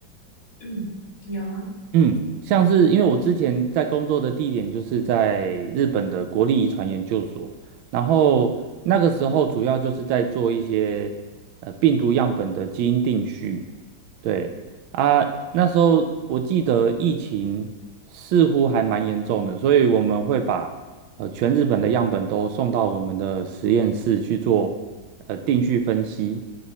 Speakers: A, on the left; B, on the right.
A: 嗯，有啊，
B: 嗯，像是因为我之前在工作的地点就是在日本的国立遗传研究所，然后那个时候主要就是在做一些呃病毒样本的基因定序，对啊，那时候我记得疫情似乎还蛮严重的，所以我们会把呃全日本的样本都送到我们的实验室去做呃定序分析，